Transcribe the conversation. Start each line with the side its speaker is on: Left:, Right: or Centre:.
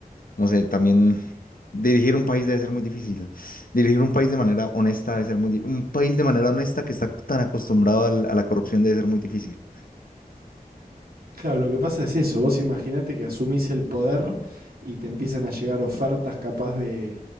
Left: no sé, también dirigir un país debe ser muy difícil. Dirigir un país de manera honesta debe ser muy difícil. Un país de manera honesta que está tan acostumbrado al- a la corrupción debe ser muy difícil.
Right: Claro, lo que pasa es eso, vos imaginate que asumís el poder y te empiezan a llegar ofertas capaz de,